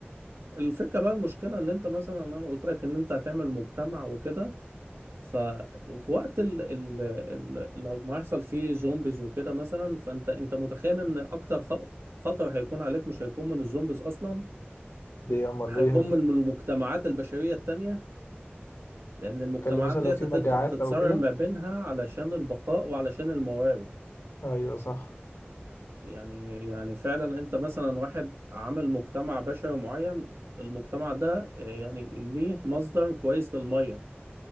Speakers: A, on the right (about 80°); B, on the left (about 75°).
A: الفكره بقى المشكله ان انت مثلا انا قلت لك ان انت هتعمل مجتمع وكده ف وفي وقت ال... ال... ال... لو ما يحصل فيه زومبيز وكده مثلا فانت انت متخيل ان اكتر خ... خطر هيكون عليك مش هيكون من الزومبيز اصلا
B: دي أمال
A: هيكون
B: إيه
A: من من المجتمعات البشريه التانيه لأن المجتمعات
B: اتكلم مثلا لو
A: دي
B: في
A: تبدأ
B: مجاعات
A: تتصارع
B: أو كده
A: ما بينها علشان البقاء وعلشان الموارد
B: أيوه صح
A: يعني يعني فعلا أنت مثلا واحد عامل مجتمع بشري معين المجتمع ده آه، يعني ليه مصدر كويس للمية